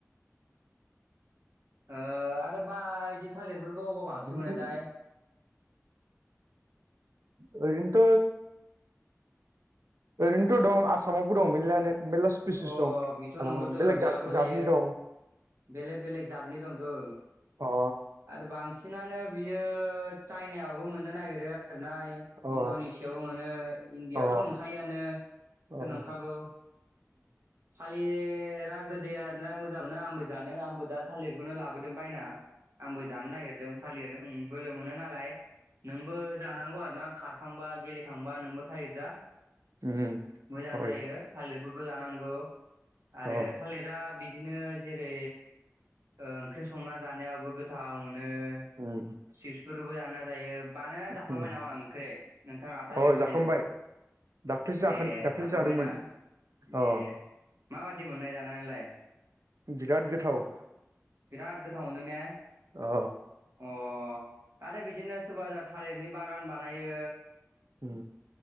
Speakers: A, on the right; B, on the right.
A: ओ आरो बायदि थालिरफोरखौ अबाव बांसिन
B: बिदिनो
A: मोनोथाय?
B: ओरैनोथ' ओरैनोथ' दं आसामावबो दं मोनलानो। मेरला स्पिसिस
A: अ
B: दं
A: बेथ' नंगौथ'
B: बेलेग
A: बेयावबो
B: जात
A: जायो
B: जातनि दं।
A: बेलेग बेलेक जतनि दंथ औ
B: अ
A: आरो बांसिन सिनानो बियो चाइनायावबो मोननो नागिरो देरनाय
B: अ
A: इणड'नेसियाबो मोनो इण्डियाआवथ'
B: अ
A: मोनखायोआनो।
B: अ
A: बेथ नांखागौ। फालि बेराद गोदै आरोना मोजां मोनो आंबो जानो आंबो दा थालिरखौनो लाबोदों बायना। आंबो जानो नागिरदों थालिरि बोलो मोनो नालाय। नोंबो जानांगौ आरो ना। खारखांबा गेलेखांबा नोंबो थालिर जा
B: उम,
A: मोजां
B: हय,
A: जायो थालिर फोरखौ जानांगौ आरो
B: अ',
A: थालिरा बि बिदिनो जेरै ओंख्रि संना जानायाबो गोथाव मोन नों
B: उम,
A: सिप्सफोरबो जाना जायो। बानायना जाखांबाय
B: उम,
A: नामा ओंख्रि नोंथाङा थालिरखौ
B: अ' जाखांबाय
A: हायो।
B: दाख्लैसो जाखोन
A: ए
B: दाख्लैसो
A: जाखांबायना।
B: जादोंमोन अ'
A: ए माबादि मोननाय जानानैलाय?
B: बिराद गोथाव।
A: बिराद गोथाव मोनदों ने।
B: अ।
A: अ आरो बिदिनो सोरबा <unintelligible> थालिरनि बागान बानायो।
B: उम,